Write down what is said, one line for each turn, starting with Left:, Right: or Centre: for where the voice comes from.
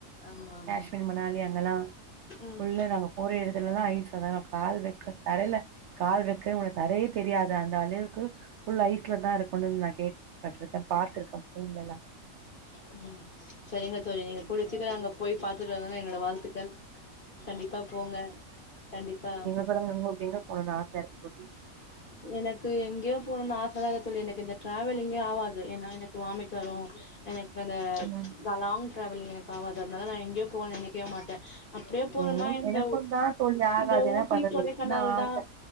Left: ஆமா ஆமா
Right: காஷ்மீர் மனாலி அங்கல்லா
Left: ம்
Right: புல்லா நாங்க போற எடத்துலல்லா ஐசாதாருக் கால் வைக்க தரைல கால் வைக்கவே முடியா தரையே தெரியாது அந்த அளகுக்கு ஃபுல் ஐஸ்லதா இருக்கணுன் நா கேள்விபட்ருக்கே பாத்ருக்கே போன்லல்லா
Left: உம் சரிங்க தோழி நீங்க கூடிய சீக்கரோ அங்க போய் பாத்துட்டு வந்துட என்னோட வாழ்த்துக்கள் கண்டிப்பா போங்க கண்டிப்பா
Right: அப்பறங்க உங்களுக்கு எங்க போணுன் ஆசையா இருக்கு தோழி
Left: எனக் எனக்கு எங்யூ போணுனு ஆசலா இல்ல தோழி எனக்கு இந்த டிரேவலிங்கே ஆவாது ஏனா எனக்கு வாமிட் வரு எனக் வெனே
Right: ம்.
Left: நா லாங் டிரேவலிங் எனக்கு ஆவாது அதனால நா எங்கயு போக நெனைக்கவே மாட்டே அப்டியே போனுனா
Right: எங்களுக்
Left: இந்த
Right: எனக்கும் தான் தோழி ஆகாது
Left: இந்த
Right: என்ன
Left: ஊட்டி
Right: பண்றது
Left: கொடைக்கானல்
Right: ஒரு சின்ன ஆச
Left: தா